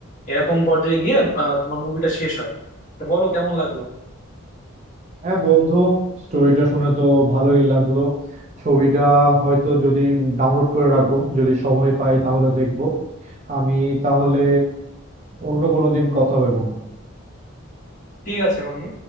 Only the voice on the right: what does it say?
হ্যাঁ বন্ধু স্টোরিটা শুনে তো ভালোই লাগলো ছবিটা হয়তো যদি ডাউনলোড করে রাখবো যদি সময় পাই তাহলে দেখবো আমি তাহলে অন্য কোনো দিন কথা হবে বন্ধু